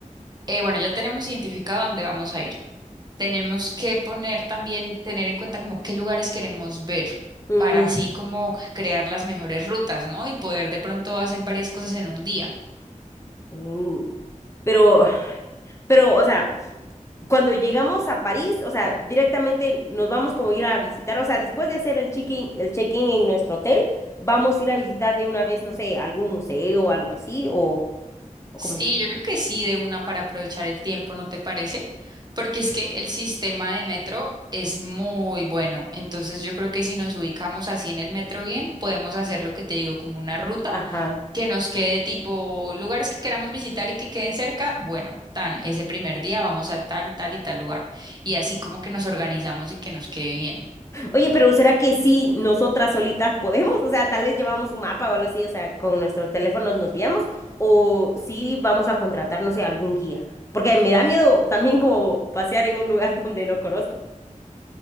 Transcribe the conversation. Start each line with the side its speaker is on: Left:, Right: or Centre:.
Right: eh, bueno, ya tenemos identificado dónde vamos a ir. Tenemos que poner también, tener en cuenta como qué lugares queremos ver
Left: Mm,
Right: para así como crear las mejores rutas, ¿no? Y poder de pronto hacer varias cosas en un día.
Left: mm, Pero, pero, o sea, cuando llegamos a París, o sea, directamente nos vamos como a ir a visitar, o sea, después de hacer el check-in, el check-in en nuestro hotel, vamos a ir a visitar de una vez, no sé, algún museo o algo así, o, o
Right: Sí,
Left: como es que.
Right: yo creo que sí, de una para aprovechar el tiempo, ¿no te parece? Porque es que el sistema de metro es muy bueno. Entonces yo creo que si nos ubicamos así en el metro bien, podemos hacer lo que te digo, como una ruta
Left: Ajá.
Right: que nos quede tipo lugares que queramos visitar y que queden cerca. Bueno, tan, ese primer día vamos a tal, tal y tal lugar. Y así como que nos organizamos y que nos quede bien.
Left: Oye, pero ¿será que sí nosotras solitas podemos? O sea, tal vez llevamos un mapa o algo así, o sea, con nuestros teléfonos nos guiamos, o sí vamos a contratar, no sé, algún guía. Porque me da miedo también como pasear en un lugar <laughs> donde no conozco.